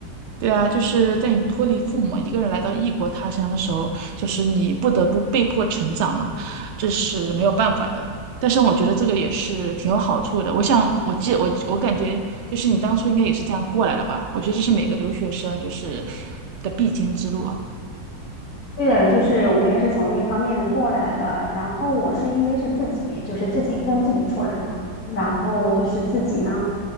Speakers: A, on the right; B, on the left.
A: 对啊，就是在你脱离父母一个人来到异国他乡的时候，就是你不得不被迫成长嘛，这是没有办法的。但是我觉得这个也是挺有好处的。我想，我记我我感觉就是你当初应该也是这样过来的吧？我觉得这是每个留学生就是的必经之路啊。
B: 对的，就是我们也是从那方面过来的。然后我是因为是自己，就是自己供自己出来嘛。然后就是自己呢，